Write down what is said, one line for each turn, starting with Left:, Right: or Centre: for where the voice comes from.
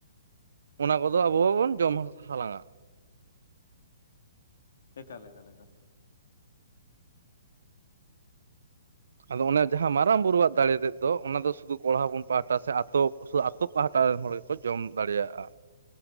Right: ᱚᱱᱟ ᱠᱚᱫᱚ ᱟᱵᱚ ᱦᱚᱸᱵᱚᱱ ᱡᱚᱢ ᱦᱟᱞᱟᱝᱼᱟ᱾
Left: ᱮᱠᱟᱞ ᱮᱠᱟᱞ ᱮᱠᱟᱞ
Right: ᱟᱫᱚ ᱚᱱᱮ ᱡᱟᱦᱟᱸ ᱢᱟᱨᱟᱝ ᱵᱩᱨᱩᱣᱟᱜ ᱫᱟᱲᱮ ᱛᱮᱫ ᱫᱚ ᱚᱱᱟ ᱫᱚ ᱥᱩᱫᱩ ᱠᱚᱲᱟ ᱦᱚᱯᱚᱱ ᱯᱟᱦᱴᱟ ᱥᱮ ᱟᱹᱛᱩ ᱥᱩᱫᱩ ᱟᱛᱳ ᱯᱟᱦᱴᱟ ᱨᱮᱱ ᱦᱚᱲ ᱜᱮᱠᱚ ᱡᱚᱢ ᱫᱟᱲᱮᱭᱟᱜᱼᱟ